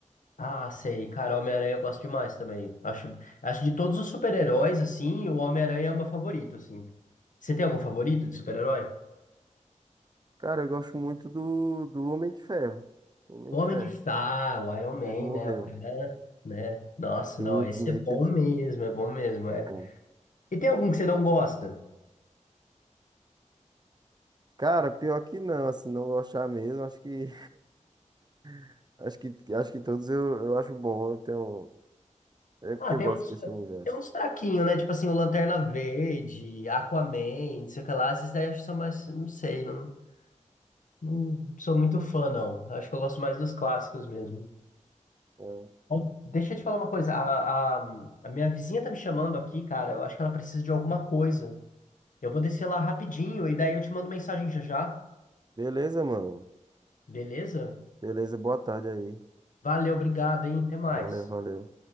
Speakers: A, on the left; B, on the right.
A: Ah, sei. Cara, Homem-Aranha eu gosto demais também. Acho, acho de todos os super-heróis, assim, o Homem-Aranha é o meu favorito, assim. Você tem algum favorito de super-herói?
B: Cara, eu gosto muito do, do Homem de Ferro. Homem
A: Homem
B: de Ferro.
A: de Ferro, o Iron Man,
B: Ele morreu.
A: né? O cara, né? Nossa,
B: Que
A: não,
B: em Ultimate
A: esse é bom
B: ele.
A: mesmo, é bom mesmo, é.
B: é Bom.
A: E tem algum que você não gosta?
B: Cara, pior que não, assim, não gostar mesmo, acho que <laughs> acho que acho que todos eu, eu acho bom, eu tenho é porque
A: Ah,
B: eu
A: tem
B: gosto
A: uns,
B: desse universo.
A: tem uns fraquinhos, né? Tipo assim, o Lanterna Verde, Aquaman, não sei o que lá. Esses daí eu acho que são mais, não sei, não, não sou muito fã, não. Acho que eu gosto mais dos clássicos mesmo.
B: É.
A: Ó, Deixa eu te falar uma coisa, a, a, a minha vizinha tá me chamando aqui, cara, eu acho que ela precisa de alguma coisa. Eu vou descer lá rapidinho e daí eu te mando mensagem já já,
B: Beleza, mano.
A: beleza?
B: Beleza, boa tarde aí.
A: Valeu, obrigado, hein? Até mais.
B: Valeu, valeu.